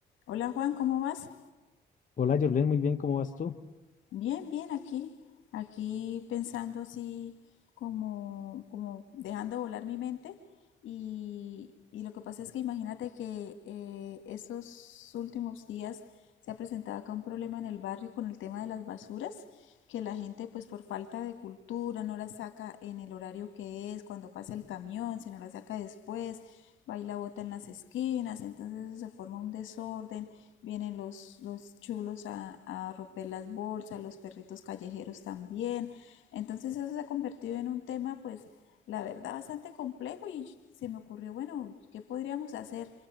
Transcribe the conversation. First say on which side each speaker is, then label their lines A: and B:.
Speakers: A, on the left (about 75°); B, on the left (about 40°).
A: Hola Juan, ¿cómo vas?
B: Hola, Jorlen, muy bien, ¿cómo vas tú?
A: Bien, bien, aquí, aquí pensando así como, como dejando volar mi mente y, y lo que pasa es que imagínate que eh, esos últimos días se ha presentado acá un problema en el barrio con el tema de las basuras, que la gente pues por falta de cultura no las saca en el horario que es, cuando pasa el camión, si no las saca después, va y la bota en las esquinas, entonces eso se forma un desorden vienen los, los chulos a, a romper las bolsas, los perritos callejeros también. Entonces eso se ha convertido en un tema, pues, la verdad, bastante complejo y se me ocurrió, bueno, ¿qué podríamos hacer?